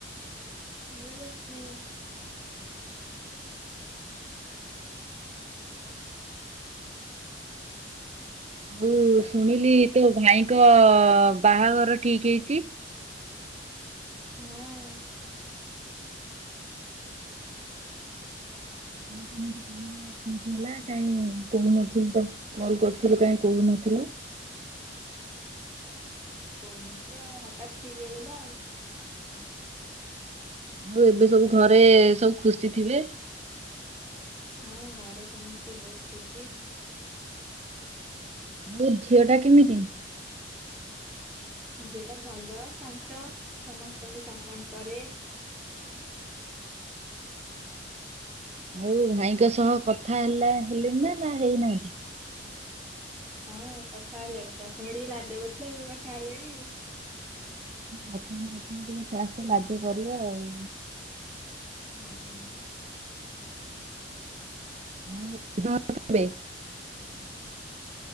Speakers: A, in the centre; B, on the right.
A: ମୁ ବସିଛି।
B: ମୁଁ ଶୁଣିଲି ତୋ ଭାଇଙ୍କ ବାହାଘର ଠିକ ହେଇଛି।
A: ହଁ।
B: ହଁ କେମିତି କଣ କେମିତି ହେଲା କାଇଁ କହୁନଥିଲୁ ତ କଲ କରୁଥିଲୁ କାଇଁ କହୁନଥିଲୁ?
A: କହୁନଥିଲୀ ଅଉ ହଠାତ୍ ଠିକ ହେଇଗଲା ଆଉ।
B: ଆଉ ଏବେ ସବୁ ଘରେ ସବୁ ଖୁସି ଥିବେ?
A: ହଁ ଘରେ ସମସ୍ତେ ବହୁତ ଖୁସି।
B: ଆଉ ଝିଅ ଟା କେମିତି?
A: ଝିଅ ଟା ଭଲ ଶାନ୍ତ ସମସ୍ତଙ୍କୁ ସମ୍ମାନ କରେ।
B: ହଉ ଭାଇଙ୍କ ସହ କଥା ହେଲା ହେଲେଣିି ନା ହେଇନାହାହ୍ନି।
A: ହଁ କଥା ହେଲେ ପ୍ରଥମେ ଟିକେ ଲାଜ କରୁଥିଲେ ଏବେ କଥା ହେଲେଣି ଆଉ।
B: ପ୍ରାଥମେ ପ୍ରାଥମେ ଫାଷ୍ଟ ଟିକେ ଲଜ କରିବା ଅଉ।
A: ହଁ <unintelligible>
B: <unintelligible>